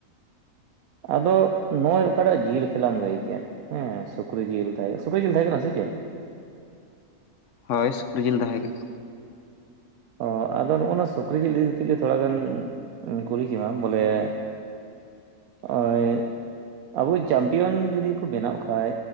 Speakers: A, on the right (about 80°); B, on the left (about 65°).
A: ᱟᱫᱚ ᱱᱚᱜᱼᱚᱭ ᱚᱠᱟᱴᱟᱜ ᱡᱤᱞ ᱠᱷᱮᱞᱟᱢ ᱞᱟᱹᱭᱠᱮᱛ ᱦᱮᱸ ᱥᱩᱠᱨᱤ ᱡᱤᱞ ᱛᱟᱦᱮᱸ ᱥᱩᱠᱨᱤ ᱡᱤᱞ ᱛᱟᱦᱮᱸ ᱠᱟᱱᱟ ᱥᱮ ᱪᱮᱫ ᱪᱮᱫ <unintelligible>
B: ᱦᱳᱭ ᱥᱩᱠᱨᱤ ᱡᱤᱞ ᱛᱟᱦᱮᱸ ᱠᱟᱱᱟ
A: ᱚ ᱟᱫᱚ ᱱᱚᱜᱼᱚᱭ ᱱᱚᱣᱟ ᱥᱩᱠᱨᱤ ᱡᱤᱞ ᱤᱫᱤ ᱠᱟᱛᱮᱫ ᱜᱮ ᱛᱷᱚᱲᱟ ᱜᱟᱱ ᱤᱧ ᱠᱩᱞᱤ ᱠᱮᱢᱟ ᱵᱚᱞᱮ ᱱᱚᱜᱼᱚᱭ ᱟᱵᱚ ᱪᱟᱢᱯᱤᱭᱟᱱ ᱡᱩᱫᱤ ᱠᱚ ᱵᱮᱱᱟᱜ ᱠᱷᱟᱡ